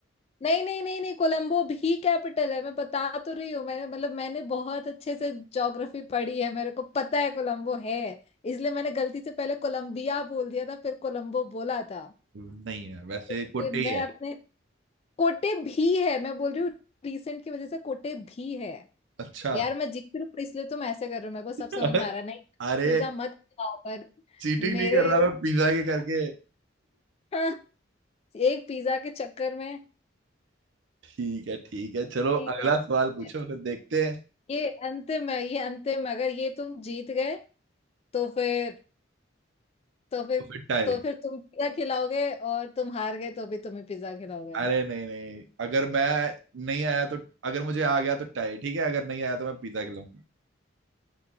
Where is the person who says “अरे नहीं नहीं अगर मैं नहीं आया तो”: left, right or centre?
Right